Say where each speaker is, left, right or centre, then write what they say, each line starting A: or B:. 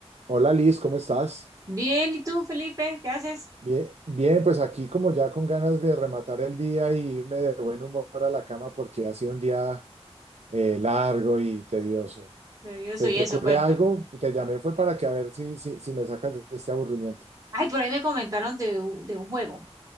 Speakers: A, on the right (about 85°); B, on the right (about 30°).
A: Hola Liz, ¿cómo estás?
B: Bien, ¿y tú, Felipe? ¿Qué haces?
A: Bien, bien, pues aquí como ya con ganas de rematar el día y irme de buen humor a la cama porque ha sido un día eh, largo y tedioso.
B: Eh, Yo
A: ¿Se
B: soy
A: te
B: eso,
A: ocurre
B: cuéntame.
A: algo? Te llamé fue para que a ver si, si, si me sacas de este aburrimiento.
B: Ay, por ahí me comentaron de, u- de un juego.